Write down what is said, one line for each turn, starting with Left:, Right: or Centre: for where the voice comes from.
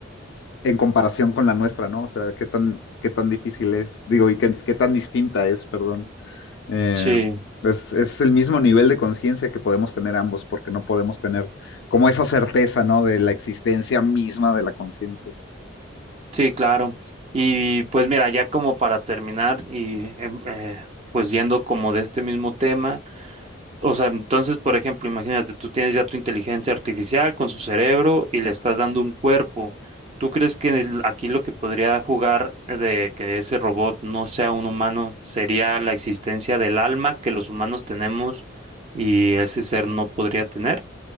Left: en comparación con la nuestra, ¿no? O sea, qué tan, qué tan difícil es, digo, y qué, qué tan distinta es, perdón. Eh,
Right: Sí,
Left: es, es el mismo nivel de conciencia que podemos tener ambos, porque no podemos tener como esa certeza, ¿no? De la existencia misma de la conciencia.
Right: sí, claro. Y pues mira, ya como para terminar y em, eh, pues yendo como de este mismo tema. O sea, entonces, por ejemplo, imagínate, tú tienes ya tu inteligencia artificial con su cerebro y le estás dando un cuerpo. ¿Tú crees que el- aquí lo que podría jugar de que ese robot no sea un humano sería la existencia del alma que los humanos tenemos y ese ser no podría tener?